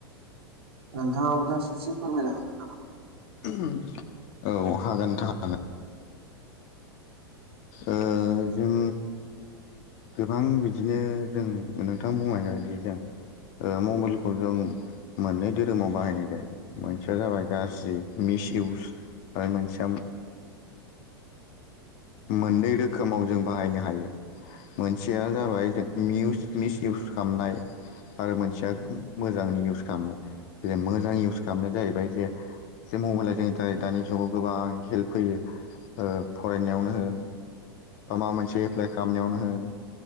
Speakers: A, on the right; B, on the left.
A: नोंथांआ दा ससे फोरमायनो हागोन नामा
B: उहम औ हागोनथां ओ जों गोबां बिदिनो जों नोंथां बुंनायबायदि जों ओ मबाइलखौ जों मोननै धोरोमाव बाहायनाय जायो मोनसेया जाबाय गाज्रि मिसिइउस आरो मोनसेया मोननै रोखोमाव जों बाहायनो हायो मोनसेया जाबाय जों मिउस मिसिइउस खालामनाय आरो मोनसेया मोजांनि इउस खालामनो मोजां इउस खालामनाया जाहैबाय जे जों मबाइल लायै लायैनिफ्राय दानि जुगाव गोबां हेल्प होयो ओ फरायनायावनो उम माबा मोनसे एप्लाइ खालामनायावनो होन